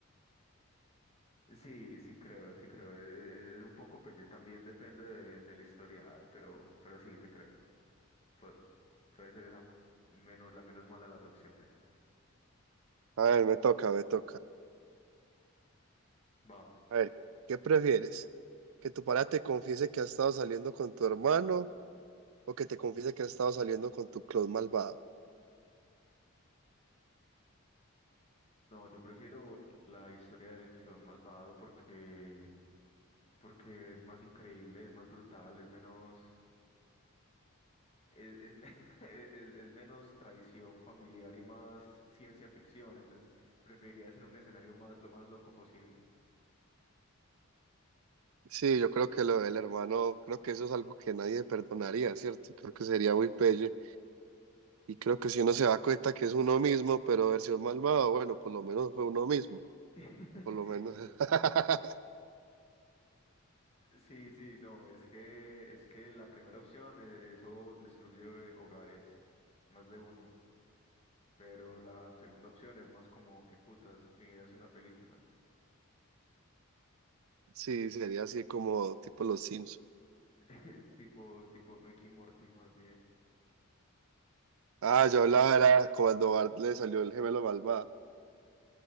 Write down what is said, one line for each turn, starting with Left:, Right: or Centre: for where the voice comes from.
Left: Sí, sí creo, sí creo. e- e- e, Es, un poco pelle, también depende de- del historial, pero, pero sí te creo. Pu- puede ser esa menos, la menos mala de las opciones.
Right: A ver, me toca, me toca.
Left: Va.
Right: A ver, ¿qué prefieres? ¿Que tu pareja te confiese que has estado saliendo con tu hermano o que te confiese que has estado saliendo con tu clon malvado?
Left: No, yo prefiero la historia del clon malvado porque, porque es más increíble, es más brutal, es menos. Es, es me- <laughs> es- es menos traición familiar y más ciencia ficción, entonces preferiría hacer un escenario más, lo más loco posible.
Right: Sí, yo creo que lo del hermano, creo que eso es algo que nadie perdonaría, ¿cierto? Creo que sería muy pelle. Y creo que si uno se da cuenta que es uno mismo, pero versión malvado, bueno, por lo menos fue uno mismo,
Left: <laughs>
Right: por lo
Left: Sí,
Right: menos. <laughs>
Left: sí, sí, no, es que, es que la primera opción, e- eso destruye eh, hogares, más de uno, pero la segunda opción es más como que putas, mi vida es una película,
Right: Sí, sería así como tipo los Sims.
Left: <laughs> tipo, tipo Ricky y Morty más bien.
Right: Ah, yo hablaba era cuando Bart le salió el gemelo malvado.